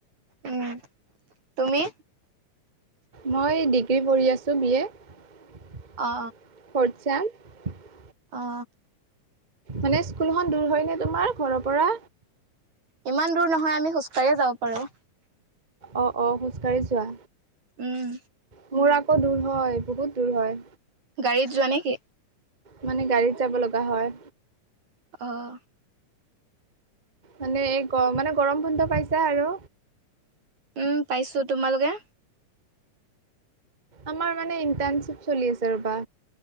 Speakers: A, on the right (about 60°); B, on the right (about 25°).
A: উম তুমি?
B: মই ডিগ্ৰী পঢ়ি আছো বি এ ৰ্ফট
A: অ
B: চেম <unintelligible>
A: অ
B: মানে স্কুলখন দূৰ হয় নে তোমাৰ ঘৰৰ পৰা?
A: ইমান দূৰ নহয়। আমি খোজ কাঢ়িয়ে যাব পাৰো।
B: অ-অ খোজ কাঢ়ি যোৱা?
A: উম।
B: মোৰ আকৌ দূৰ হয়, বহুত দূৰ হয়।
A: গাড়ীত যোৱা নে কি?
B: মানে গাড়ীত যাব লগা হয়।
A: অহ।
B: মানে এই গ মানে গৰম বন্ধ পাইছা আৰু?
A: উম পাইছো। তোমালোকে?
B: আমাৰ মানে ইণ্টাৰ্ণশ্বিপ চলি আছে ৰবা।